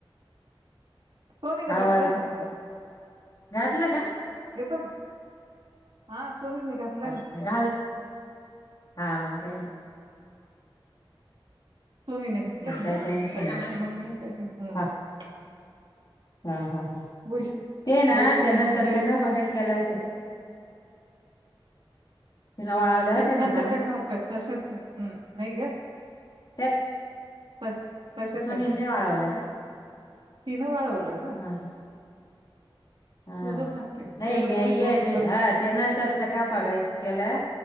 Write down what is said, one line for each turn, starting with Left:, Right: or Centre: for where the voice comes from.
Right: सोनीने
Left: आवाज
Right: घातलंय म्हंटल.
Left: घातला का?
Right: येतो का, हा सोनीने घातलंय ना.
Left: घाल, हा मग काय नाय.
Right: सोनीने घातलंय
Left: नाही काही
Right: ना,
Left: टेन्शन
Right: त्याच्यामुळे
Left: नाही
Right: मग
Left: हा
Right: <unintelligible>
Left: हा ह ह,
Right: वैशू
Left: ते ना
Right: वैशूबाईने
Left: त्या नंतरच्या
Right: दिलेलं
Left: खापा
Right: सगळं
Left: काय केला ते <inaudible> तिन वाळवल्या. होत्या
Right: ते
Left: ना
Right: नंतरचे
Left: चांगल्या
Right: खापत तसेच हम् नाहीय ग.
Left: त्या
Right: त तशाच
Left: सुनीलने
Right: आहे ना,
Left: वाळवल्या का
Right: तिनं वाळवलं ग.
Left: हा हा हा,
Right: तुझं सांगते
Left: नाही
Right: त्याला
Left: मीय
Right: कोणी तोंडच
Left: जे
Right: लावेना
Left: हा त्या नंतरच खापा काय केल्या.